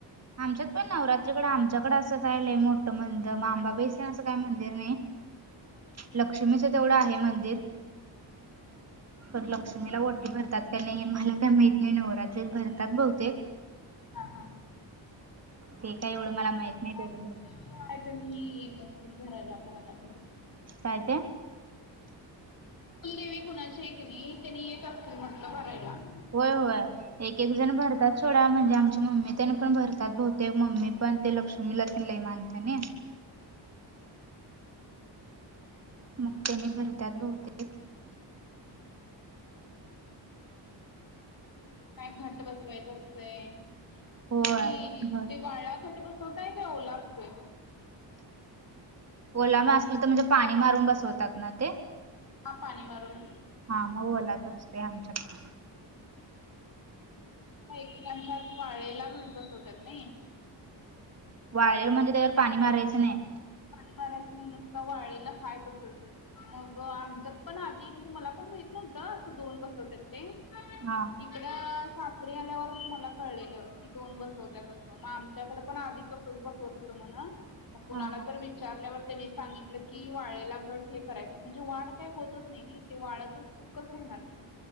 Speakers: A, on the right (about 35°); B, on the left (about 50°).
A: आमच्यात पण नवरात्रीकडे आमच्याकडें असं काय लय मोठं मंदिर अंबाबाई च असं काही मंदिर नाही लक्ष्मीचं तेवढं आहे मंदिर
B: हम
A: पण लक्ष्मीला ओटी भरतात का नाही मला काही माहीत नाही नवरात्री भरतात बहुतेक
B: हा हा
A: ते काय एवढं मला माहित
B: आमच्या
A: नाही त्याच
B: कुलदेवी तर मी येत असतील भरायला करायला ते
A: काय ते
B: कुलदेवी कुणाची हाय की ना त्यांनी येत असतील म्हटलं भरायला.
A: होय होय एक एक जण भरतात सोडा म्हणजे आमची मम्मी तेन पण भरतात बहुतेक मम्मी पण ते लक्ष मिला पण लय मानतेनी मग त्याने भरत्यात बहुतेक
B: काय घट बसवायचं असतय
A: होय
B: तुम्ही
A: होय
B: ते वाळा घट बस. वताय काय ओला असतोय
A: ओला म असल तर म्हणजे पाणी मारून बसवतात ना ते
B: हा पाणी मारून
A: हा मग ओलाच असतोय आमच्याकड
B: एकेकांच्यात वाळेला घट बसवतात नाही.
A: वाळळेला म्हणजे त्याच्या वर पाणी मारायचं नाही.
B: पाणी मारयचं नाही नुसत वाळळेल हाय तसच मग आमच्यात पण आधी म्हणजे मला पण माहित नव्हतं असं दोन बसवत्यात ते
A: हा
B: इकड सासरी आल्यावरच मला कळलेलं की दोन बसवत्यात अस मग आमच्याकडे पण आधी तसंच बसवत होत म्हण मग कुणाला
A: हा हा
B: तर विचारल्यावर त्यांनी सांगितलं की वाळेला घट हे करायच नाही म्हणजे वाढ काय होतच नाही ते वाळतच कसं होणार की?